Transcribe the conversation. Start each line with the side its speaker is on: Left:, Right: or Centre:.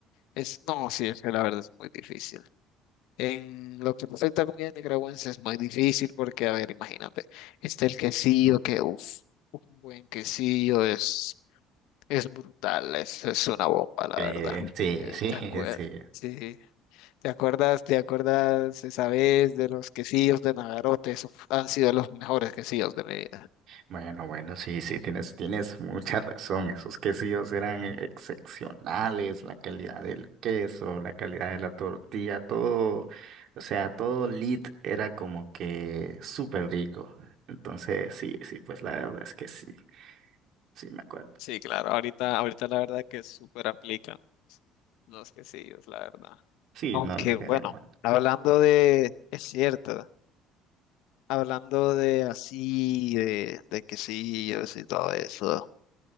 Left: es, no, sí, es que la verdad es muy difícil. En lo que respecta a comida nicaragüense es muy difícil porque, a ver, imagínate, está el quesillo que, uff, un buen quesillo es Es brutal, es, es una bomba, la
Right: Eh,
Left: verdad.
Right: sí,
Left: Eh,
Right: sí,
Left: ¿te
Right: <laughs>
Left: acuer-
Right: sí.
Left: sí, ¿Te acuerdas, te acuerdas esa vez de los quesillos de Nagarote? Esos han sido los mejores quesillos de mi vida.
Right: Bueno, bueno, sí, sí, tienes, tienes mucha razón. Esos quesillos eran e, excepcionales, la calidad del queso, la calidad de la tortilla, todo, o sea, todo lit era como que súper rico. Entonces, sí, sí, pues la verdad es que sí, sí me acuerdo.
Left: Sí, claro, ahorita, ahorita la verdad que súper aplican los quesillos, la verdad.
Right: Sí,
Left: Aunque
Right: no, no
Left: bueno,
Right: quería mal.
Left: hablando de, es cierto, hablando de así, de, de quesillos y todo eso.